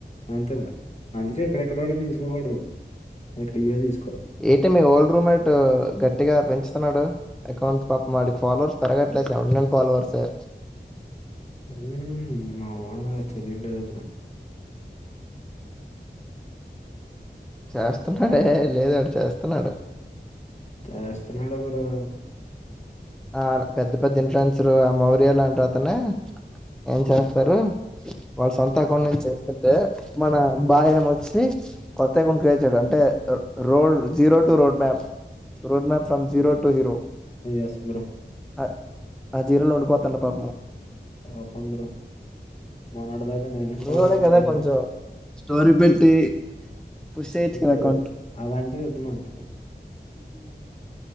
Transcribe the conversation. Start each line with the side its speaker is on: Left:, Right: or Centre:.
Left: అంతే మరి అందుకే ఎక్కడెక్కడోనే తీసుకోకూడదు ఎక్కడ్ ఇయ్యో తీసుకో
Centre: ఏటో మీవోల్లు రూమ్ ఎట్టు గడ్ గట్టిగా పెంచుతున్నాడు అకౌంట్ పాపం ఆడికి ఫాలోవర్స్ పెరగట్లేదు సేవంటీ నైన్ ఫాలోవర్స్ యే
Left: మ్మ్ మా వోడు విలువ తెలియట్లేదు <inaudible>
Centre: చేస్తాన్నాడే లేదాడు చేస్తాన్నాడు
Left: చేస్త్ తున్నాడు బ్రో
Centre: ఆలా పెద్ద పెద్ద ఇన్ఫ్రెండ్స్లు ఆ మౌర్యలాంట్ అతనే ఏం చేస్తారు. వాళ్ళ సొంత అకౌంట్ నుంచి చేస్తుంటే మన <unintelligible> వచ్చి కొత్త అకౌంట్ క్రియేట్ చేయారు అంటే road zero టటు road map road map from zero to hero
Left: yes bro
Centre: ఆ ఆజీరోలో ఉండిపోతాండు పాపము
Left: పాపం బ్రో మొన్నటిదాకా నేనే
Centre: <unintelligible>
Left: ఫాలో అవ్వట్లేదు
Centre: కొంచెం స్టోరీ పెట్టి పుషేయోచ్
Left: వద్దు
Centre: కాద్ కొంచెం
Left: అలాంటివి వద్దు మనకి